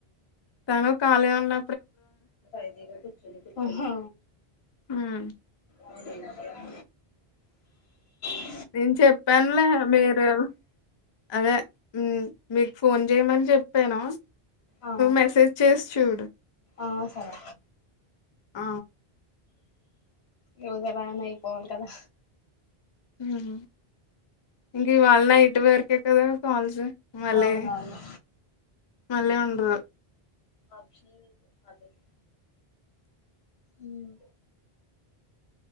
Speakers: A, on the left; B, on the left.
A: తను కాళీ ఉన్న
B: యిదిగా కుర్చునీ కూర్చునీ ఆహా
A: ఉమ్,
B: అయిదిలే <inaudible>
A: నేను చెప్పానులే మీరు అదే ఉమ్ మీకు ఫోన్ చేయమని చెప్పాను
B: ఆ
A: మెసేజ్ చేసి చూడు
B: ఆ సరే
A: ఆ
B: ఎవగ దాన అయిపోవాల కదా
A: ఉమ్ ఈ వాళ్ళ నైట్ వరకే కదా కాల్స్ మళ్ళే
B: అవునవును
A: మళ్ళె ఉం ఆ
B: ఆప్షనల్ అదది ఉమ్